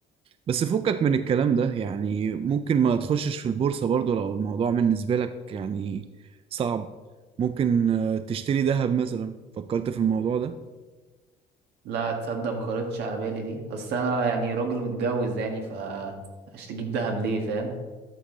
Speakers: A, on the right; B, on the right.
A: بس فكك من الكلام ده يعني ممكن ما تخشش في البورصة برضو لو الموضوع بالنسبة لك يعني صعب ممكن آه، تشتري ذهب مثلا فكرت في الموضوع ده
B: لا تصدق ما خرجتش على بالي دي اصل انا يعني راجل متجوز يعني ف هشتجيب دهب ليه فاهم